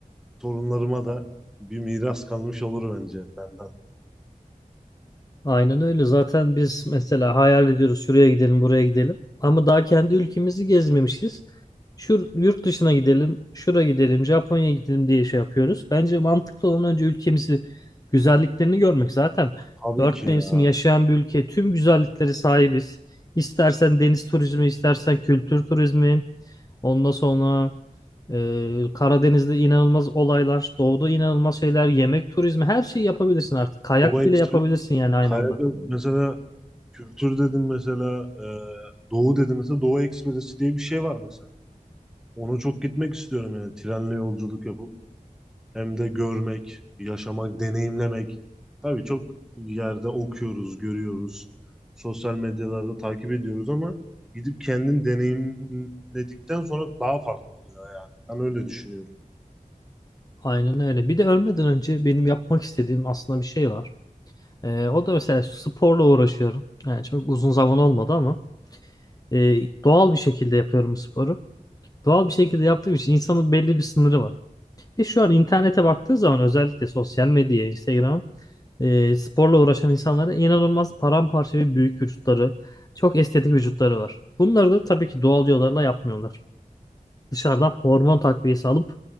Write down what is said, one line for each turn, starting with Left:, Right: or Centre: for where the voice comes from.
Centre: torunlarıma da bir miras kalmış olur bence benden.
Left: Aynen öyle. Zaten biz mesela hayal ediyoruz şuraya gidelim, buraya gidelim. Ama daha kendi ülkemizi gezmemişiz. Şu yurt dışına gidelim, şura gidelim, Japonya'ya gidelim diye şey yapıyoruz. Bence mantıklı olan önce ülkemizi güzelliklerini görmek. Zaten
Centre: Tabii
Left: dört
Centre: ki ya.
Left: mevsim yaşayan bir ülke, tüm güzellikleri sahibiz. İstersen deniz turizmi, istersen kültür turizmi, ondan sonra ee, Karadeniz'de inanılmaz olaylar, doğuda inanılmaz şeyler, yemek turizmi her şeyi yapabilirsin artık. Kayak
Centre: Doğu Ekspresi
Left: bile yapabilirsin yani aynı
Centre: Kayada
Left: anda.
Centre: mesela kültür dedim mesela e, Doğu dedim mesela Doğu Ekspresi diye bir şey var mesela. Ona çok gitmek istiyorum yani trenle yolculuk yapıp. hem de görmek, yaşamak, deneyimlemek. Tabii çok yerde okuyoruz, görüyoruz. Sosyal medyalarda takip ediyoruz ama gidip kendin deneyimledikten sonra daha farklı oluyor yani. Ben öyle düşünüyorum.
Left: Aynen öyle. Bir de ölmeden önce benim yapmak istediğim aslında bir şey var. Ee, o da mesela şu sporla uğraşıyorum. Yani çok uzun zaman olmadı ama e, doğal bir şekilde yapıyorum sporu. Doğal bir şekilde yaptığım için insanın belli bir sınırı var. Ve şu an internete baktığı zaman özellikle sosyal medyaya, Instagram, e, sporla uğraşan insanlara inanılmaz paramparça ve büyük vücutları, çok estetik vücutları var. Bunları da tabii ki doğal yollarla yapmıyorlar dışarıdan hormon takviyesi alıp